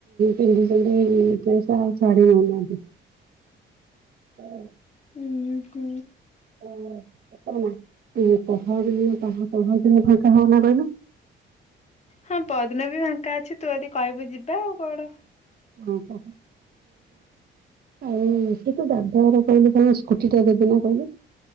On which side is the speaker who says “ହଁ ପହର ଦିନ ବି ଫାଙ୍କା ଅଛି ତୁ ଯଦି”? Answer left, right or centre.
Left